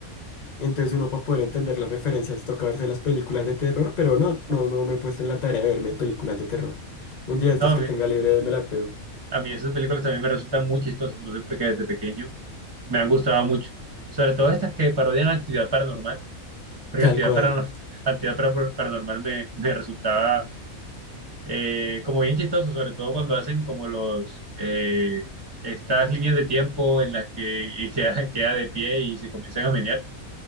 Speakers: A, on the left (about 35°); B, on the right (about 25°).
A: Entonces uno para poder entender las referencias toca verse las películas de terror, pero no, no, no me he puesto en la tarea de verme películas de terror. Un día de
B: No,
A: estos
B: a
A: que
B: mí,
A: tenga libre me las veo.
B: a mí esas películas también me resultan muy chistosas, no sé por qué desde pequeño me han gustado mucho. Sobre todo estas que parodian actividad paranormal, porque
A: Tal
B: actividad
A: cual.
B: paranormal, <laughs> actividad Para- paranormal me, me resultaba eh, como bien chistoso, sobre todo cuando hacen como los eh, estas líneas de tiempo en las que <laughs> y queda, queda de pie y se comienzan a menear,